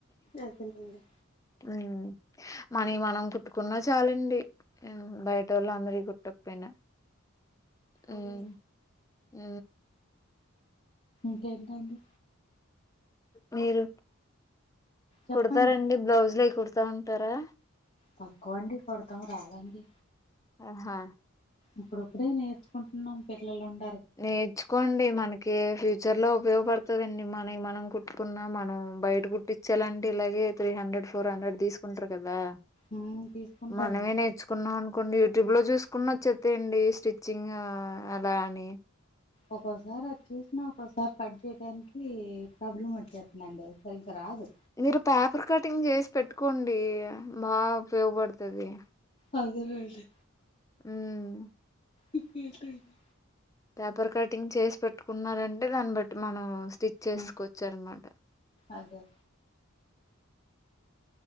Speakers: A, on the left; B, on the left.
A: అదే నండి
B: మ్ మనయ్ మనం కుట్టుకున్నా చాలండి బయటోళ్ళు ఆ అందరియి కుట్టకపోయి న మ్
A: అదే
B: మ్
A: ఇంకేంటండి
B: మీరు
A: చెప్పండి
B: కుడతారండి బ్లౌజ్లులై కుడతా ఉంటారా
A: తక్కువండి కుడతాం రాదండి
B: ఆహా
A: ఇప్పుడుప్పుడే నేర్చుకుంటున్నాం పిల్లలున్
B: నేర్చుకోండి మనకీ ఫ్యూచర్ లో ఉపయోగపడుతదండి మనై మనం కుట్టుకున్నా మనం బయట కుట్టిచ్చాలంటే ఇలాగే three hundred four hundred తీసుకుంటారు కదా
A: ఉమ్, తీసుకుంటారండి
B: మనమే నేర్చుకున్నాం అనుకోండి ట్యూబ్ లో చూసుకున్న వచ్చేతయండి స్టిచ్చింగ్ ఆ ఎలా అని
A: ఒక్కోసారి అది చూసినా ఒక్కోసారి కట్ చేయడానికి ప్రాబ్లం వచ్చేత్తుందండి సరిగ్గా రాదు
B: మీరు పేపర్ కటింగ్ చేసి పెట్టుకోండీ బా ఉపయోగపడుతది
A: అదేనండి
B: మ్
A: ఇంకేంటండీ
B: పేపర్ కటింగ్ చేసి పెట్టుకున్నారంటే దాన్ని బట్టి మనం స్టిచ్ చేసుకొచ్చు
A: ఆ,
B: అనమాట
A: అదే